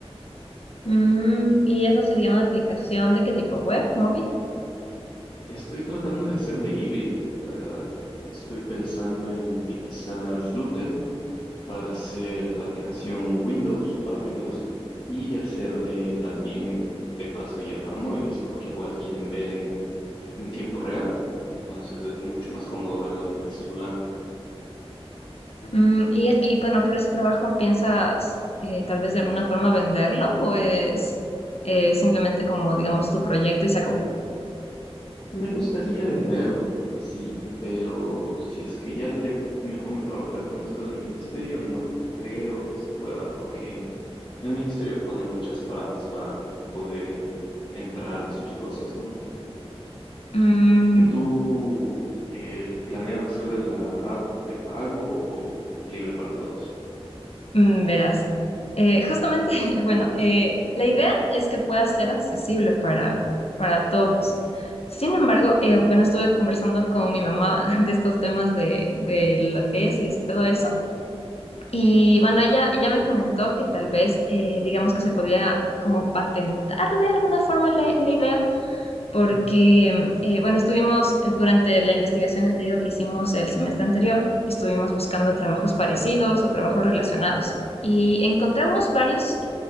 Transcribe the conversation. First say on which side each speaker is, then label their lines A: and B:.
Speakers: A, on the left; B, on the left.
A: Mm, ¿y eso sería una aplicación de qué tipo? ¿Web? ¿Móvil?
B: Estoy tratando de hacerle híbrido, la verdad. Estoy pensando en utilizar Flutter para hacer la aplicación Windows, para Windows, y hacerle también de paso ya para móviles, porque igual quieren ver en, en tiempo real, entonces es mucho más cómodo verlo en el celular.
A: Mm, y, es- y bueno, por ese trabajo piensas eh, tal vez de alguna forma venderlo o es eh, simplemente como, digamos, tu proyecto y se acabó.
B: Me gustaría venderlo, sí, pero si es que ya le, me pongo a trabajar con esto del ministerio, no creo que se pueda, porque el ministerio pone muchas trabas para poder entrar a sus cosas, ¿no?
A: Mm,
B: ¿Y tú eh, planeas hacerle la app de pago o libre para todos?
A: mm, verás, Eh, justamente, <laughs> bueno, eh, la idea es que pueda ser accesible para, para todos. Sin embargo, eh, bueno, estuve conversando con mi mamá <laughs> de estos temas de, de la tesis y todo eso. Y bueno, ella, ella me comentó que tal vez, eh, digamos que se podía como patentar de alguna forma la, la idea porque,
B: Mm,
A: eh, bueno, estuvimos eh, durante la investigación que te digo que hicimos el semestre anterior, estuvimos buscando trabajos parecidos o trabajos relacionados y encontramos varias